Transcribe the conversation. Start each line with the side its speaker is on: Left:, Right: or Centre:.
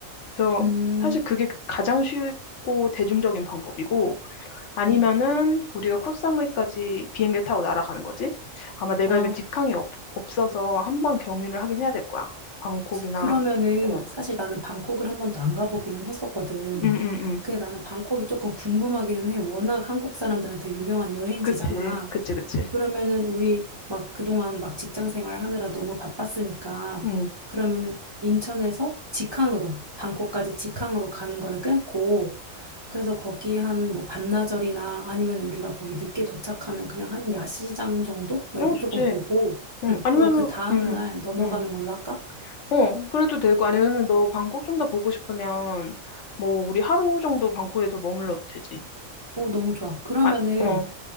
Left: 그래서
Right: 음,
Left: 사실 그게 가장 쉽고 대중적인 방법이고 아니면은
Right: 음.
Left: 우리가 코사무이까지 비행기를 타고 날아가는 거지? 아마 내가
Right: 아,
Left: 이거 직항이 없, 없어서 한번 경유를 하긴 해야 될 거야. 방콕이나,
Right: 그러면은
Left: 어.
Right: 사실 나는 방콕을 한 번도 안 가보기는 했었거든.
Left: 응, 응, 응.
Right: 근데 나는 방콕이 조금 궁금하기는 해. 워낙 한국 사람들한테 유명한 여행지잖아.
Left: 그치, 그치, 그치.
Right: 그러면은 우리 막 그동안 막 직장 생활 하느라 너무 바빴으니까
Left: 응.
Right: 그러면은 인천에서 직항으로 방콕까지 직항으로 가는 거를 끊고 그래서 거기 한 뭐 반나절이나 아니면 우리가 거기 늦게 도착하면 그냥 한 야시장 정도? 뭐
Left: 어,
Right: 이렇게
Left: 좋지.
Right: 조금 보고,
Left: 응.
Right: 응.
Left: 아니면은,
Right: 그리고 그 다음날
Left: 응,
Right: 넘어가는
Left: 응.
Right: 걸로 할까?
Left: 어, 그래도 되고, 아니면은 너 방콕 좀 더 보고 싶으면, 뭐, 우리 하루 정도 방콕에서 머물러도 되지.
Right: 오, 너무 좋아. 그러면은
Left: 아, 어,